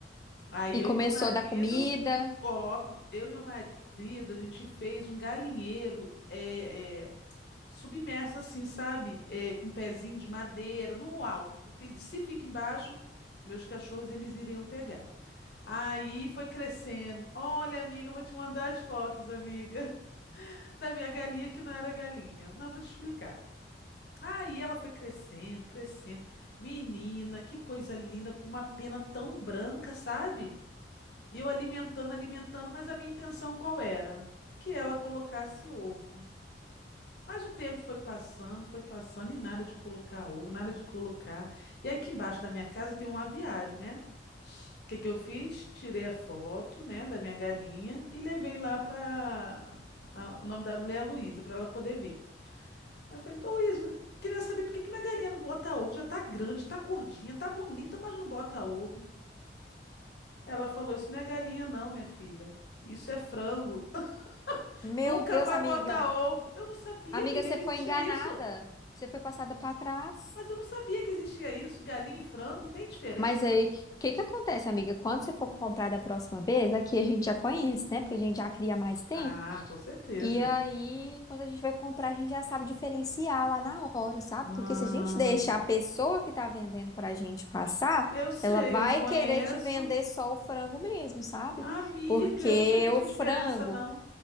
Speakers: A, on the left (about 60°); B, on the left (about 20°).
A: Aí
B: E
A: eu
B: começou
A: e meu marido,
B: da comida.
A: óbvio, eu e meu marido, a gente fez um galinheiro, é. é, submersa assim, sabe? É, com um pezinho de madeira, no alto, porque se fica embaixo, meus cachorros eles iriam pegar. Aí foi crescendo. Olha, amiga, eu vou te mandar as fotos, amiga, <laughs> da minha galinha que não era galinha, mas vou te explicar. Aí ela foi crescendo, crescendo. Menina, que coisa linda, com uma pena tão branca, sabe? E Eu alimentando, alimentando, mas a minha intenção qual era? Que ela colocasse ovo. Mas o tempo foi passando, foi passando e nada de colocar ovo, nada de colocar. E aqui embaixo da minha casa tem um aviário, né? O que que eu fiz? Tirei a foto, né, da minha galinha e levei lá para o nome da mulher é Luísa, para ela poder ver. Eu falei, Luísa, eu queria saber por que que minha galinha não bota ovo? Já tá grande, tá gordinha, tá bonita, mas não bota ovo. Ela falou, isso não é galinha não, minha filha. Isso é frango. <laughs>
B: Meu
A: Nunca
B: Deus,
A: vai
B: amiga.
A: botar ovo. Eu não sabia,
B: Amiga,
A: amiga,
B: você
A: que
B: foi
A: existia
B: enganada.
A: isso.
B: Você foi passada para trás.
A: Mas eu não sabia que existia isso. Galinha e frango tem diferença?
B: Mas aí, o que que acontece, amiga? Quando você for comprar da próxima vez, aqui a gente já conhece, né? Porque a gente já cria há mais tempo.
A: Ah, com certeza.
B: E aí, quando a gente vai comprar, a gente já sabe diferenciar lá na hora, sabe?
A: Ah,
B: Porque se a gente deixa a pessoa que tá vendendo pra gente passar,
A: eu sei,
B: ela vai
A: eu não conheço.
B: querer te vender só o frango mesmo, sabe?
A: Amiga,
B: Porque
A: eu não sabia que
B: o
A: tinha
B: frango.
A: diferença, não.